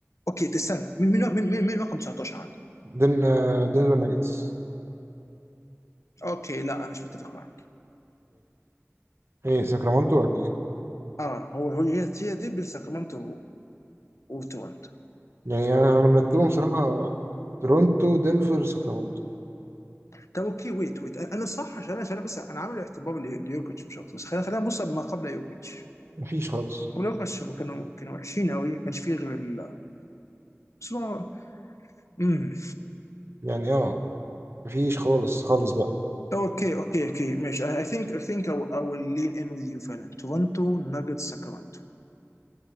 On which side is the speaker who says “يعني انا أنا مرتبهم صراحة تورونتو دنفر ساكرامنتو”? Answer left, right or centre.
Right